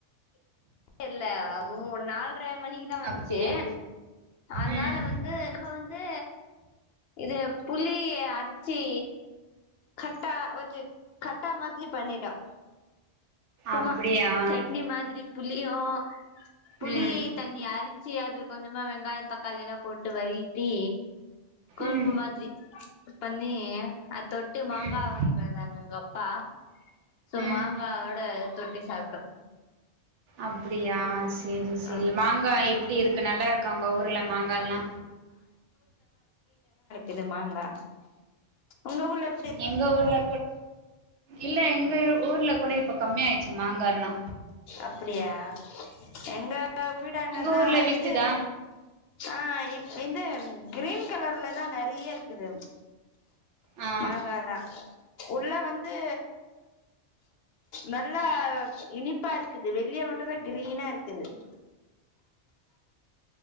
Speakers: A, on the left; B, on the right.
A: இல்ல மூ நாலரை மணிக்குதான் வந்துச்சு
B: அப்டியா
A: அதனால
B: ம்
A: வந்து நம்ம வந்து இது புளி அரச்சி கட்டா வச்சு கட்டா மாதிரி பண்ணிட்டோ சும்மா
B: அப்டியா
A: சட்னி மாதிரி புளியோ புளி
B: ம்
A: தனி அரி ச்சி அது கொஞ்சமா வெங்காய தக்காளி எல்லா போட்டு வயிட்டி கொழும்பு
B: ம்
A: மாதிரி பண்ணி அத் தொட்டு மாங்கா
B: ம்
A: வாங்கிட் வந்தாங்க எங்க அப்பா ப்பா சோ
B: ம்
A: மாங்கா ஓட தொட்டு சாப்ட்டோ
B: அப்படியா சரி சரி
A: ஆ
B: மாங்காய் எப்படி இருக்கு நல்லா இருக்கா உங்க ஊரல மாங்கால்லா
A: இது மாங்கா உங்க ஊர்ல எப்டி
B: எங்க ஊர்ல இல்ல எங்க ஊர்ல கூட இப்ப கம்மி ஆயிச்சு மாங்கால்லா
A: அப்படியா எங்க வீடாண்டன்னா
B: உங்க ஊர்ல விக்குதா
A: இது ஆ வந்து கிரீன் கலர்ல தான் நறைய இருக்குது
B: ஆ
A: மாங்காலா உள்ள வந்து நல்லா இனிப் ப்பா இருக்குது வெளிய மட்டும் தா கிரீனா இருக்குது <unintelligible>